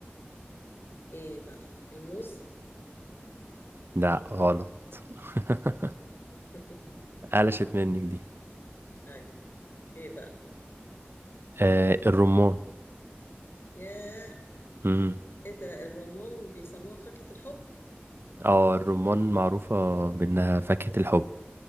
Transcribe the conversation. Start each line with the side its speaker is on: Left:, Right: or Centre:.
Left: ايه بقى الموز
Right: لا غلط <laughs>
Left: <laughs>
Right: قلشت منك دي
Left: ايوه ايه بقى
Right: آه الرمان
Left: ياه
Right: مم.
Left: ايه ده الرمان بيسموها فاكهة الحب
Right: اه الرمان معروفة بأنها فاكهة الحب